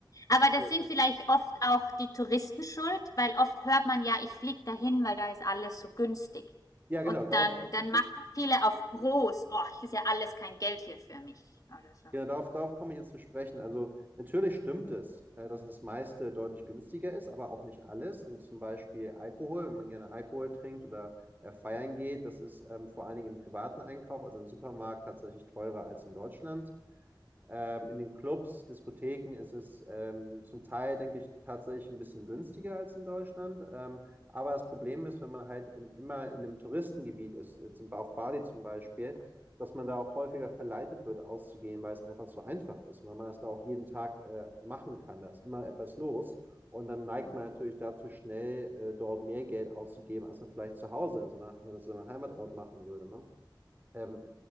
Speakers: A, on the left (about 45°); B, on the right (about 25°).
A: Aber das
B: So.
A: sind vielleicht oft auch die Touristen schuld, weil oft hört man ja, ich fliege dahin, weil da ist alles so günstig.
B: Ja,
A: Und
B: genau, darauf,
A: dann,
B: komm-
A: dann machen viele auf groß, oh, ist ja alles kein Geld hier für mich oder so.
B: genau, darauf, darauf komme ich jetzt zu sprechen. Also natürlich stimmt es, äh, dass das meiste deutlich günstiger ist, aber auch nicht alles. Also zum Beispiel Alkohol, wenn man gerne Alkohol trinkt oder äh, feiern geht, das ist ähm, vor allen Dingen im privaten Einkauf, also im Supermarkt, tatsächlich teurer als in Deutschland. Ähm, in den Clubs, Diskotheken ist es ähm, zum Teil, denke ich, tatsächlich ein bisschen günstiger als in Deutschland. Ähm, aber das Problem ist, wenn man halt in, immer in einem Touristengebiet ist, jetzt in- auf Bali zum Beispiel, dass man da auch häufiger verleitet wird, auszugehen, weil es einfach so einfach ist, weil man das da auch jeden Tag äh, machen kann. Da ist immer etwas los. Und dann neigt
A: Mhm.
B: man natürlich dazu, schnell äh, dort mehr Geld auszugeben, als man vielleicht zu Hause in so einer, in so einem Heimatort machen würde. Ne? Ähm,